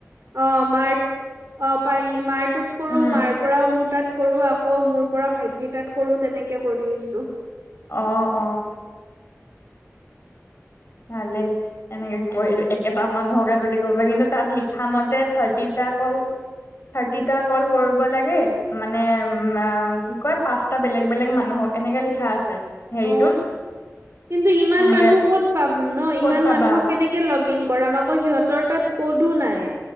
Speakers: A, on the right; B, on the left.
A: অ মাৰ অ পাৰি মাৰটোত কৰো
B: উম
A: মাৰ, পৰা মোৰ তাত কৰো আকৌ মোৰ পৰা ভাইটিৰ তাত কৰো তেনেকে কৰি আছো।
B: অ অ, ভালে, এনেকে ক একেটা মানুহকে যদি কৰিবা কিন্তু তাত লিখা মতে থাৰ্টিটা কল, থাৰ্টিটা কল কৰিব লাগে, মানে উম কি কয় পাচঁ- টা বেলেগ বেলেগ মানুহক এনেকে লিখা আছে। হেৰিটোত
A: অ, কিন্তু ইমান
B: এনেকে
A: মানুহ ক'ত? পাম ন
B: ক'ত
A: ইমান
B: পাবা
A: মানুহক কেনেকে লগ ইন কৰাম আকৌ সিহঁতৰ তাত ক'তো নাই।